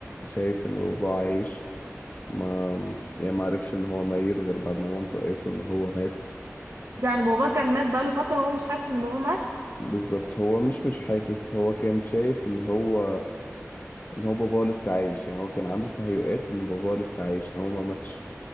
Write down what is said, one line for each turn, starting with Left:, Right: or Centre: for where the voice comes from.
Left: شايف ان باباه عايش ما يعني ما عرفش ان هو ميت غير بعد ما مامته قالت له ان هو مات
Right: يعني بابا كان مات بقاله فترة وهو مش حاسس إن بابا مات
Left: بالظبط هو مش مش حاسس هو كان شايف ان هو ان هو باباه لسه عايش يعني هو كان عنده تهيؤات ان باباه لسه عايش ان هو ما ماتش